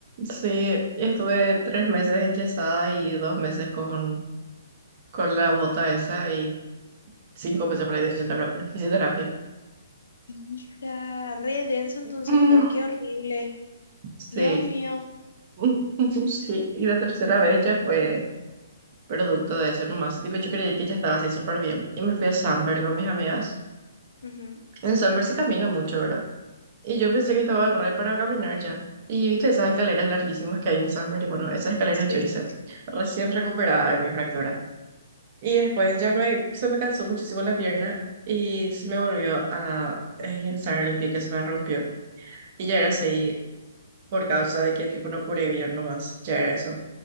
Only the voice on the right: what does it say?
Sí, estuve tres meses enyesada y dos meses con con la bota esa y cinco meses por ahí de fisiotera- de fisioterapia.
No.
Sí,
<laughs> sí, y la tercera vez ya fue producto de eso nomás. Tipo, yo creí que ya estaba así súper bien. Y me fui a Samberg con mis amigas.
En Samberg se camina mucho, ¿verdad? Y yo
pensé que estaba re para caminar ya. Y viste esas escaleras larguísimas que hay en Samberg. Y bueno, esas escaleras
yo hice
recién recuperada de mi fractura. Y después ya me, se me cansó muchísimo la pierna y se me volvió a esguinzar el pie que se me rompió. Y ya era así por causa de que tipo no curé bien nomás, ya era eso.